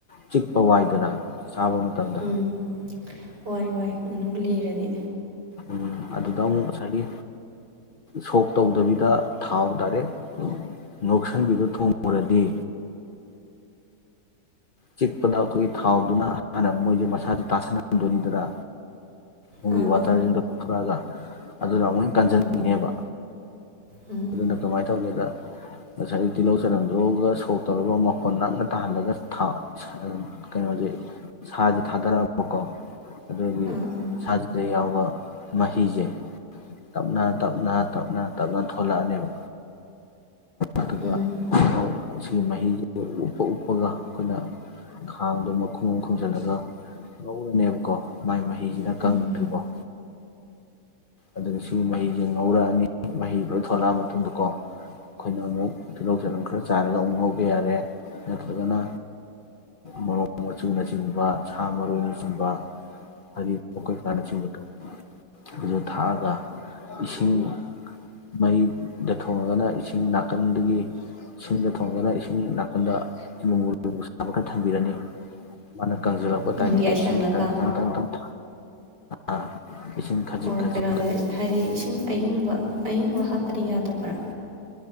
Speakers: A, on the left; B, on the right.
A: ꯆꯤꯛꯄ ꯋꯥꯏꯗꯅ ꯆꯥꯕ ꯃꯇꯝꯗ
B: ꯎꯝ ꯋꯥꯏ ꯋꯥꯏ ꯑꯗꯨꯝ ꯂꯤꯔꯗꯤ
A: ꯎꯝ ꯑꯗꯨꯗ ꯑꯃꯨꯛ ꯉꯁꯥꯏꯒꯤ ꯁꯣꯛ ꯇꯧꯗꯕꯤꯗ ꯊꯥꯎ ꯗꯥꯏꯔꯦꯛ ꯉꯧꯁꯟꯕꯤꯗꫭ ꯊꯣꯡꯉꯨꯔꯗꯤ ꯆꯤꯛꯄꯗ ꯑꯩꯈꯣꯏꯒꯤ ꯊꯥꯎꯗꯨꯅ ꯍꯥꯟꯅ ꯃꯣꯏꯁꯦ ꯃꯁꯥꯁꯦ ꯇꯥꯁꯟꯍꯟꯗꯣꯏꯅꯤꯗꯅ꯫ <unintelligible>
B: ꯑꯥ
A: ꯋꯥꯇꯔꯁꯤꯡꯗꫭ
B: ꯑꯥ
A: ꯊꫭꯔꯛꯑꯒ, ꯑꯗꯨꯅ ꯑꯃꯨꯛ ꯍꯦꯟꯅ ꯀꯟꯖꯟꯒꯤꯅꯦꯕ꯫
B: ꯎꯝ ꯎꯝ
A: ꯑꯗꯨꯅ ꯀꯃꯥꯏꯅ ꯇꯧꯒꯦꯗ, ꯉꯁꯥꯏꯒꯤ ꯇꯤꯜꯍꯧ ꯆꯅꯝꯗꯨꯒ ꯁꯣꯛ ꯇꯧꯔꯒ ꯃꯐꯣꯟ ꯅꯪꯅ ꯇꯥꯍꯜꯂꯒ ꯊꯥ ꯁ ꯀꯩꯅꯣꯁꯦ ꯁꯥꯁꯦ ꯊꯥꯗꯔꯛꯑꯕꯀꯣ꯫ ꯑꯗꯨꯒꯤ
B: ꯑꯥ ꯑꯥ
A: ꯁꯥꯖꯤꯗ ꯌꯥꯎ ꯗꯨꯒ ꯃꯍꯤꯁꯦ ꯇꯞꯅ-ꯇꯞꯅ ꯇꯞꯅ-ꯇꯞꯅ ꯊꯣꯂꯛꯑꯅꯦꯕ꯫ ꯑꯗꯨꯒ
B: ꯎꯝ
A: <unintelligible> ꯁꯤꯒꯤ ꯃꯍꯤꯁꯤꯗ ꯎꯞꯄ ꯎꯞꯄꯒ ꯑꯩꯈꯣꯏꯅ ꯈꯥꯡꯗꯣ ꯃꯈꯣꯡ ꯑꯃ ꯈꯨꯝꯖꯤꯜꯂꯒ ꯉꯧꯔꯅꯦꯕꯀꯣ ꯃꯥꯏ ꯃꯍꯤ ꯁꯤꯅ
B: ꯎꯝ
A: ꯀꯪꯗ꯭ꯔꯤꯕꯧ ꯑꯗꯨꯅ ꯁꯤꯒꯤ ꯃꯍꯤꯁꯦ ꯉꯧꯔꯛꯑꯅꯤ ꯃꯍꯤ ꯂꯣꯏ ꯊꯣꯛꯂꯛꯑ ꯃꯇꯨꯡꯗꯀꯣ, ꯑꯩꯈꯣꯏꯅ ꯑꯃꯨꯛ ꯇꯤꯜꯍꯧ ꯆꯥꯅꯝ ꯈꯔ ꯆꯥꯏꯔꯒ ꯑꯃꯨꯛ ꯉꯧꯕ ꯌꯥꯔꯦ, ꯅꯠꯇ꯭ꯔꯒꯅ ꯃꯣꯔꯣꯡ ꯃꯆꯨꯅꯆꯤꯡꯕ, ꯁꯥ ꯃꯔꯣꯏꯅꯆꯤꯡꯕ, ꯑꯔꯤꯕ ꯀꯣꯏꯀꯥꯅ ꯆꯤꯡꯕꯗꯣ, ꯑꯗꯨ ꯊꯥꯛꯑꯒ, ꯏꯁꯤꯡ ꯃꯩꯗ ꯊꯣꯡꯉꯒꯅ ꯏꯁꯤꯡ ꯅꯥꯀꯟꯗꯒꯤ ꯏꯁꯤꯡꯗ ꯊꯣꯡꯉꯒꯅ, ꯏꯁꯤꯡ ꯅꯥꯀꯟꯗ ꯂꯨꯝꯕꯨ ꯂꯨꯃꯕꯨ ꯁꯥꯕ ꯈꯔ ꯊꯝꯕꯤꯔꯅꯤ, ꯃꯥꯅ ꯀꯪꯁꯤꯜꯂꯛꯄ
B: ꯎꯝ
A: ꯇꯥꯏꯃꯤꯡꯗ
B: ꯌꯥꯏꯁꯜꯂꯒ
A: ꯏꯁꯤꯡ ꯈꯤꯇꯪ-ꯈꯤꯇꯪꯪꯪ ꯑꯥ ꯏꯁꯤꯡ ꯈꯥꯖꯤꯛ-ꯈꯥꯖꯤꯛ
B: ꯑꯣ ꯀꯩꯅꯣꯗ ꯍꯥꯏꯗꯤ ꯏꯁꯤꯡ ꯑꯌꯤꯡꯕ ꯑꯌꯤꯡꯕ ꯍꯥꯞꯄꯗꯤ ꯌꯥꯗꯕ꯭ꯔꯥ꯫